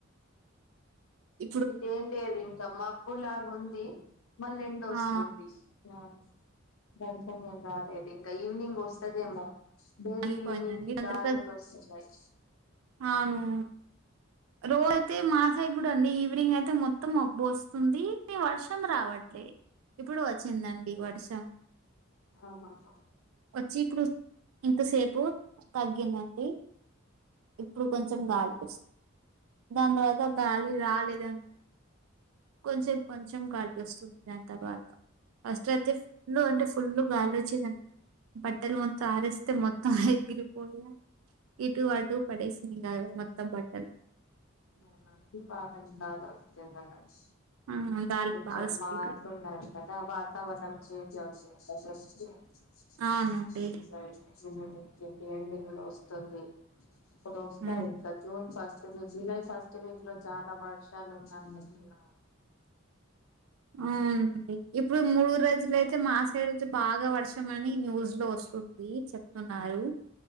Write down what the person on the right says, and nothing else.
ఇ
ఆ
ఆగిపోయిందండి
దాని
తర్వాత
అవును రోతీ మా సైడ్ కూడ అండి ఈవినింగ్ అయితే మొత్తం మబ్బు వస్తుందీ వర్షం రావట్లే ఇప్పుడు వచ్చింది అండి వర్షం.
వచ్చి ఇప్పుడు ఇంతసేపు తగ్గింది అండి. ఇప్పుడు కొంచం గాలి వస్తుం దాని తర్వాత గాలి రాలేదు అం కొంచం కొంచం గాలి వస్తుంది దాని తర్వా ఫస్ట్ అయితే ఫుల్ అంటే ఫుల్ గాలి వచ్చేదండి, బట్టలు మొత్తం ఆ రెస్తే మొత్ అహ్ ఎగిరిపోయా ఇటు అటు పడేసింది కాదు మొత్తం బట్టలు
ఆ గాలి
బాగా స్పీడ్
అవునండి
ఉమ్.
ఆవును అండి ఇప్పుడు మూడు రోజులు అయితే మా సైడ్ వచ్చి బాగా వర్షం అని న్యూస్ లో వస్తుంది. చెప్తున్నారు